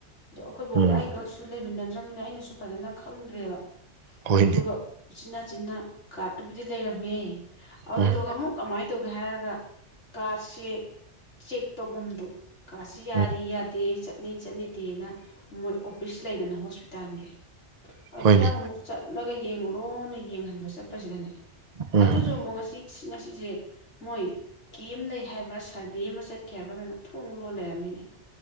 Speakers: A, on the left; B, on the right.
A: ꯑꯗꯣ ꯑꯩꯈꯣꯏꯕꯣꯀꯥ
B: ꯎꯝ
A: ꯏꯩꯒꯁꯨ ꯂꯩꯃꯤꯟꯅ <unintelligible> ꯇ꯭ꯔꯕꯃꯤꯅ ꯑꯩꯅꯁꯨ ꯐꯖꯅ ꯈꯪꯗ꯭ꯔꯦꯕ
B: ꯍꯣꯏꯅꯦ
A: ꯑꯗꯨꯒ ꯎꯆꯤꯟ ꯅꯥꯆꯤꯅꯥ ꯀꯥꯔꯠꯇꯨꯕꯨꯗꯤ ꯂꯩꯔꯝꯃꯦ ꯑꯗꯨꯗꯨꯒ
B: ꯎꯝ
A: ꯑꯃꯨꯛ ꯀꯃꯥꯏ ꯇꯧꯒꯦ ꯍꯥꯏꯔ ꯀꯥꯔꯁꯦ ꯆꯦꯛ ꯇꯧꯐꯝꯗꯨ ꯀꯁꯤ ꯌꯥꯔꯤ
B: ꯎꯝ
A: ꯌꯥꯗꯦ ꯆꯠ ꯅ ꯆꯠꯅꯤꯗꯦꯅ ꯃꯣꯏ ꯑꯣꯐꯤꯁ ꯂꯩꯗꯅ ꯍꯣꯁꯄꯤꯇꯥꯜꯒꯤ ꯑꯗꯨꯗ
B: ꯍꯣꯏꯅꯦ
A: ꯑꯃꯨꯛ ꯆꯠꯂꯒ ꯌꯦꯡꯉꯨꯔꯣꯅꯦ ꯌꯦꯡꯍꯟꯕ ꯆꯠꯄꯁꯤꯗꯅꯦ
B: ꯎꯝ
A: ꯑꯗꯨꯁꯨ ꯑꯃꯨꯛ ꯉꯁꯤ ꯁꯤ ꯉꯁꯤꯁꯦ ꯃꯣꯏ ꯀꯦꯝ ꯂꯩ ꯍꯥꯏꯕ꯭ꯔꯥ ꯁꯔꯚꯦ ꯑꯃ ꯆꯠꯈꯤ ꯍꯥꯏꯕ꯭ꯔꯥ ꯀꯩꯅꯣ ꯊꯣꯡ ꯂꯣꯟ ꯂꯩꯔꯝꯃꯤꯅꯦ